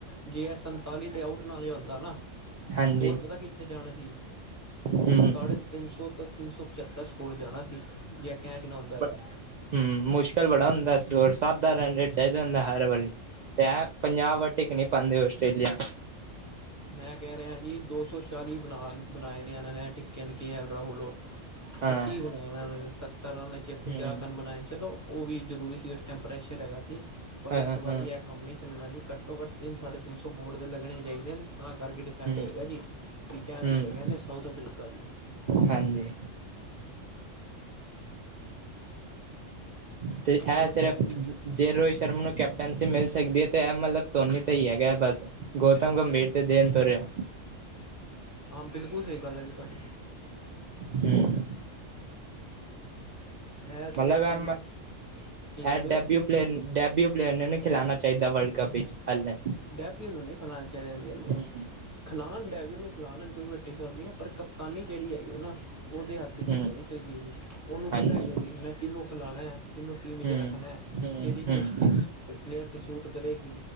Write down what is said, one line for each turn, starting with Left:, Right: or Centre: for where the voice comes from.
Left: ਜੇ ਇਹ ਸੰਤਾਲੀ ਤੇ ਆਊਟ ਨਾ ਜੇ ਹੁੰਦਾ ਨਾ,
Right: ਹਾਂਜੀ
Left: ਸਕੋਰ ਪਤਾ ਕਿੱਥੇ ਜਾਣਾ ਸੀ,
Right: ਹਮ
Left: ਸਾਡੇ ਤਿੰਨ ਸੌ ਤੋਂ ਤਿੰਨ ਸੌ ਪਚੱਤਰ ਸਕੋਰ ਜਾਣਾ ਸੀ, ਜੇ ਕੈਚ ਨਾ ਹੁੰਂਦਾ ਹੈ।
Right: ਹੂੰ ਮੁਸ਼ਕਿਲ ਬੜਾ ਹੁੰਦਾ, ਹੋਰ ਸੱਤ ਦਾ ਰੇਡ ਚਾਹੀਦਾ ਹੁੰਦਾ ਹਰ ਵਾਰੀ, ਤੇ ਪੰਜਾਬ ਵਾਰ ਟਿੱਕ ਨਹੀਂ, ਪਾਦੇ ਆਸਟ੍ਰੇਲੀਆ।
Left: ਮੈਂ ਕਹਿ ਰਿਹਾ, ਜੀ ਦੋ ਸੌ ਚਾਲੀ ਬਣਾ ਬਣਾਏ, ਨੇ ਇਹਨਾਂ ਨੇ ਟ ਕ ਕੀ ਹਾਲ ਰਾਹੁਲ, ਉਹ
Right: ਹਾਂ
Left: ਇਹ ਕੀ ਬਣਾਏ ਇਹ ਨੇ ਸੱਤਰ ਰਨ ਚ ਪੰਜਾਹ
Right: ਹੂੰ
Left: ਕਨ ਬਣਾਏ ਚਲੋ। ਉਹ ਵੀ ਜ਼ਰੂਰੀ ਸੀ, ਉਸ ਟਾਈਮ ਪ੍ਰੈਸ਼ਰ ਹੈਗਾ ਸੀ, ਪਰ
Right: ਹਾਂ
Left: ਇਸ
Right: ਹਾਂ ਹੂੰ
Left: ਵਾਰੀ ਇਹ ਕੰਮ ਨਹੀਂ ਚੱਲਣਾ, ਕਿ ਘੱਟੋ-ਘੱਟ ਤਿੰਨ ਥਾਡੇ ਤਿੰਨ ਸੌ ਬੋਰਟ ਦੇ ਲੱਗਣੇ ਚਾਹੀਦੇ, ਨੇ ਤਾਂ ਕਰਕੇ ਠੰਡ
Right: ਹੂੰ
Left: ਹੋਏਗਾ, ਜੀ ਪਾਸੀ
Right: ਹੂੰ
Left: ਹੈਗਾ ਨੇ ਸਾਊਥ ਅਫਰੀਕਾ ਜ
Right: ਹਾਂਜੀ, ਅਤੇ ਇਹ
Left: ਹੋਰ
Right: ਸਿਰਫ
Left: ਸੁਣਾਓ
Right: ਜੇ ਰੋਹਿਤ ਸ਼ਰਮਾ ਨੂੰ ਕੈਪਟਨਸ਼ ਮਿਲ ਸਕਦੀ ਹੈ, ਤਾਂ ਇਹ ਮਤਲਬ ਧੋਨੀ ਤਾਂ ਹੀ ਹੈਗਾ ਹੈ ਬਸ ਗੌਤਮ ਗੰਭੀਰ ਤੇ ਦੇੇਨ ਤੋ ਰਿਆ।
Left: ਆਂ ਬਿਲਕੁਲ ਸਹੀ ਗੱਲ ਐ ਜੀ ਧਾਡੀ।
Right: ਹੂੰ <inaudible>
Left: ਇਹ ਤੇ
Right: ਮਲਬ ਐਮ,
Left: ਐਸ ਕੀ ਕਹਿ
Right: ਐਡੈਬਯੁ
Left: ਰਹੇ ਹੋ
Right: ਪਲੇਨ ਡੈਬਿਯੁ ਪਲੇਅ ਨੇ ਨੀ ਖੇਲਾਣਾ ਚਾਈਦਾ ਵਰਲਡ ਕੱਪ ਵੇਚ ਹਲੇ।
Left: <unintelligible>
Right: ਹੂੰ
Left: ਖਲਾਣ ਡੈਵੀ ਉਹਨੂੰ ਖਲਾਣ ਕੋਈ ਵੱਡੀ ਗੱਲ ਨੀ ਐ, ਪਰ ਕਪਤਾਨੀ ਜਿਹੜੀ ਹੈਗੀ ਹੈ ਨਾ, ਉਹਦੇ ਹੱਥ
Right: ਹੂੰ
Left: ਦੇਣੀ ਚਾਹੀਦੀ ਆਂ ਗੀ, ਉਹਨੂੰ
Right: ਹਾਂਜੀ
Left: ਪਤਾ ਹੈ ਕਿਉਂ ਵੀ ਮੈਂ ਕਿਹਨੂੰ ਖਿਲਾਣਾ ਐ। ਕਿਹਨੂੰ ਟੀਮ
Right: ਹੂੰ
Left: ਚ ਰੱਖਣਾ ਹੈ,
Right: ਹੂੰ
Left: ਕਿਹੜੀ
Right: ਹੂੰ
Left: ਕਿਸ ਪਲੇਅਰ ਤੇ ਸੂਟ ਕਰੇਗੀ।